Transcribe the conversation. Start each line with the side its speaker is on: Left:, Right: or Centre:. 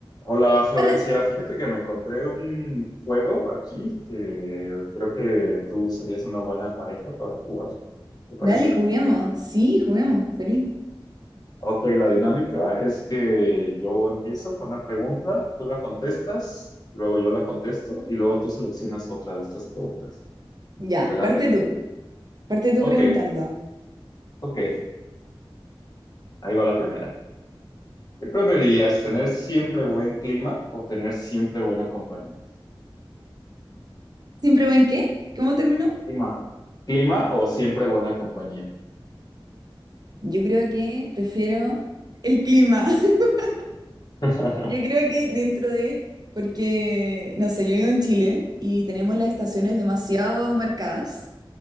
Left: Hola Florencia,
Right: Hola,
Left: fíjate que me encontré un juego aquí que creo que tú serías una buena pareja para jugar, ¿te parece?
Right: dale, juguemos. Sí, juguemos, feliz.
Left: Ok, la dinámica es que yo empiezo con una pregunta, tú la contestas, luego yo la contesto y luego tú seleccionas otra de estas preguntas.
Right: Ya,
Left: ¿Te late?
Right: parte tú, parte tú
Left: Ok,
Right: preguntando.
Left: ok, ahí va la primera. ¿Qué preferirías, tener siempre buen clima o tener siempre buena compañía?
Right: ¿Siempre buen qué? ¿Cómo terminó?
Left: Clima. ¿Clima o siempre buena compañía?
Right: Yo creo que prefiero el clima. <laughs>
Left: <laughs>
Right: Yo creo que dentro de, porque, no sé, yo vivo en Chile y tenemos las estaciones demasiado marcadas